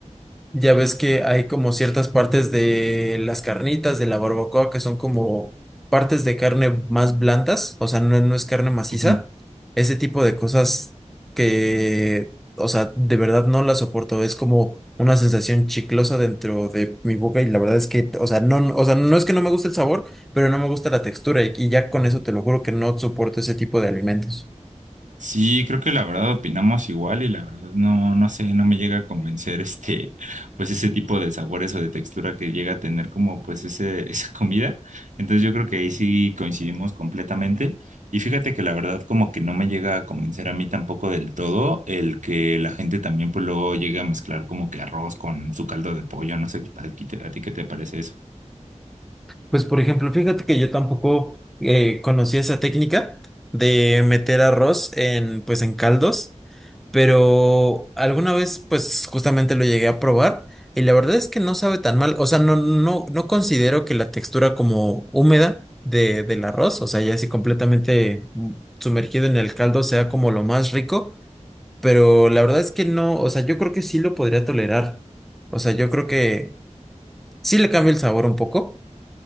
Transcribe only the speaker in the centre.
Ya ves que hay como ciertas partes de las carnitas, de la barbacoa, que son como partes de carne más blandas, o sea, no, no es carne maciza.
Ese tipo de cosas que, o sea, de verdad no las soporto. Es como una sensación chiclosa dentro de mi boca y la verdad es que, o sea, no, no- o sea, no es que no me guste el sabor, pero no me gusta la textura y, y ya con eso te lo juro que no soporto ese tipo de alimentos.
Pues por ejemplo, fíjate que yo tampoco eh, conocía esa técnica de meter arroz en pues en caldos, pero alguna vez pues justamente lo llegué a probar y la verdad es que no sabe tan mal, o sea, no no no considero que la textura como húmeda de del arroz, o sea, ya así completamente mm, sumergido en el caldo sea como lo más rico, pero la verdad es que no, o sea, yo creo que sí lo podría tolerar. O sea, yo creo que sí le cambia el sabor un poco.